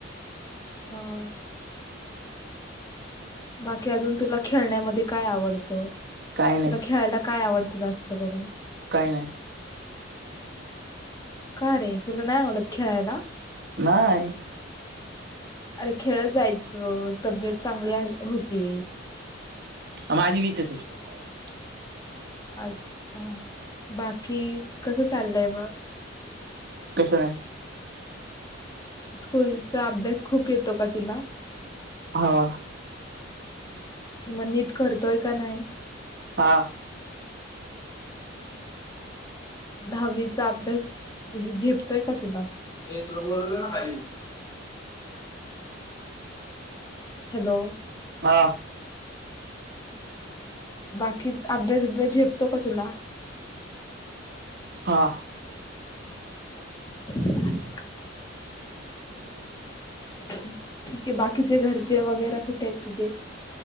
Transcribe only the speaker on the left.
हं. बाकी अजून तुला खेळण्यामध्ये काय आवडतं? तुला
खेळायला- - काय आवडतं जास्त करून.
का रे तुला नाय आवडत खेळायला.
अरे खेळत जायचं तब्ययेत चांगली होती.
अच्छा बाकी कसं चाललंय मग.
स्कूलचा अभ्यास खूप येतो का तुला.
म नीट करताय का नाही?
दहावीचा अभ्यास झेपतोय का तुला? ऐ तुला बोलवल ना खाली. हॅलो.
बाकीच अभ्यास बिब्यास झेपतो का तुला.
<unintelligible> ठीक आहे बाकीचे घरचे वगैरे कुठे आहेत तुझे.